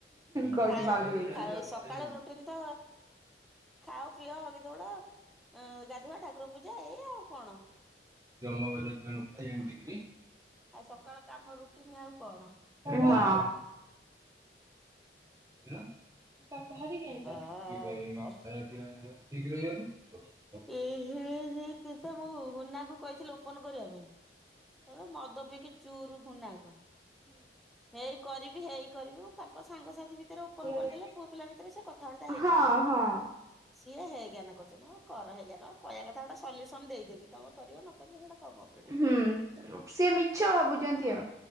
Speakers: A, in the centre; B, on the right.
A: ଏ
B: କହୁଛି
A: ଖାଅ
B: ଭାଉଜକୁ ଏଇ କଥା
A: ଖାଅ
B: ପଚାରେ।
A: ସକାଳୁ ରୁଟିନ ତ ଖାଅ ପିଅ ହଗି ଦୌଡ। ଅଁ ଗାଧୁଆ ଠାକୁର ପୂଜା ଏଇଆ ଆଉ କଣ।
B: ଜମ <unintelligible> ଡ଼ିଗ୍ରୀ।
A: ଆଉ ସକାଳ କାମ ରୁଟିନ ଆଉ କଣ।
B: ହଁ। <unintelligible> <unintelligible>
A: ଆଉ
B: ଠିକ୍ ରହିଲାନି।
A: ଏ ହେ ହେ ହେ ସେସବୁ ମୁନାକୁ କହିଥିଲି ଓପୋନ୍ କରିବା ପାଇଁ। ତାର ମଦ ପିଇକି ଚୁରୁ <unintelligible> ହେଇ କରିବି ହେଇ କରିବି ତାଙ୍କ ସାଙ୍ଗସାଥି ଭୀ ତରେ ଓପୋନ୍ କରିଦେଲେ
B: ଅଛି।
A: ପୁଅ ପିଲା ଭିତେରେ ସେ କଥାବାର୍ତ୍ତା ହେଇଯିବେ
B: ହଁ ହଁ
A: ସିଏ ହେଜ୍ଞାନ କରୁଛନ୍ତି କର ହେଜ୍ଞାନ କହିବା କଥା ଗୋଟେ ସଲ୍ୟୁସନ୍ ଦେଇଦେଲି ତମ କରିବ ନ କରିବ ସେଇଡ଼ା ତମକୁ
B: ହୁଁ ସିଏ ମିଛ ଭାବୁଚନ୍ତି ଆଉ।